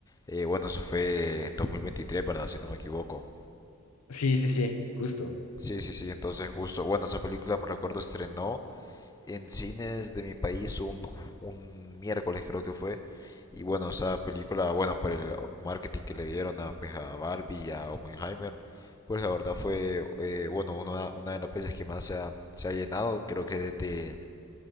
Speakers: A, on the left (about 15°); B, on the left (about 75°).
A: eh, bueno, eso fue en 2023, ¿verdad? Si no me equivoco.
B: sí, sí, sí, justo.
A: Sí, sí, sí, entonces justo, bueno, esa película me recuerdo estrenó en cines de mi país un, un miércoles creo que fue. Y bueno, esa película, bueno, por el marketing que le dieron a, pues, a Barbie y a Oppenheimer, pues la verdad fue, eh, bueno, una, una de las veces que más se ha, se ha llenado, creo que desde